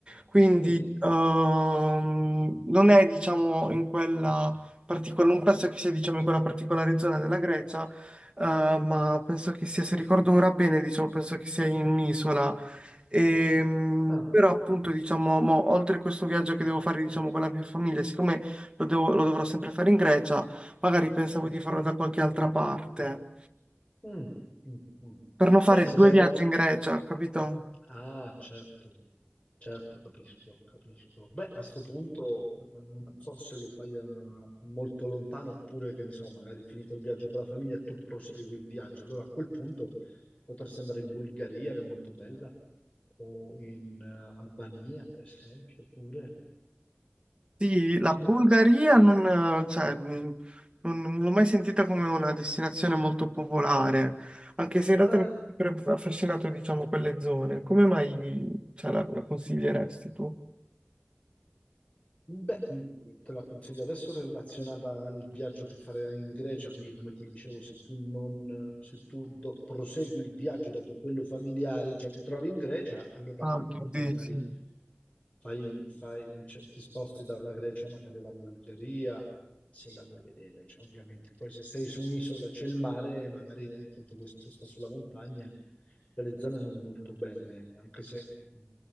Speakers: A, on the right; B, on the left.
A: quindi
B: Sì.
A: ehm, non è diciamo in quella particolare, non penso che sia diciamo in quella particolare zona della Grecia, eh, ma penso che sia, se ricordo ora bene, diciamo, penso che sia in un'isola Ehm,
B: Ah,
A: però appunto diciamo, mo, oltre a questo viaggio che devo fare diciamo, con la mia famiglia, siccome lo, devo- lo dovrò sempre fare in Grecia, magari pensavo di farlo da qualche altra parte,
B: mm, mm, mm.
A: per non fare
B: Beh, se
A: due
B: vai
A: viaggi
B: al,
A: in Grecia, capito?
B: Ah, certo, certo, capisco, capisco. Beh, a sto punto eh, non so se lo fai eh, molto lontano oppure che ne so, magari finito il viaggio con la famiglia e tu prosegui il viaggio. Allora a quel punto potresti andare in Bulgaria, che è molto bella, o in eh, Albania, per esempio, pure,
A: Sì, la
B: che
A: Bulgaria non, eh, cioè, mh, non- non l'ho mai sentita come una destinazione molto popolare, anche se in realtà
B: è eh,
A: mi ha sempre affascinato diciamo, quelle zone. Come mai cioè, la la consiglieresti tu?
B: Beh, mm, te la consiglio adesso relazionata al viaggio che farai in Grecia, quindi come ti dicevo, se tu, non, se tu do- prosegui il viaggio dopo quello familiare, già ti trovi in Grecia, allora
A: Ah,
B: a quel punto
A: tu dici.
B: magari fai, fai- cioè, ti sposti dalla Grecia magari alla Bulgaria, se la vuoi vedere, cioè, ovviamente. Poi se sei su un'isola c'è il mare, magari ecco, ti vuoi spostare sulla montagna, quelle zone sono molto belle, anche se mh,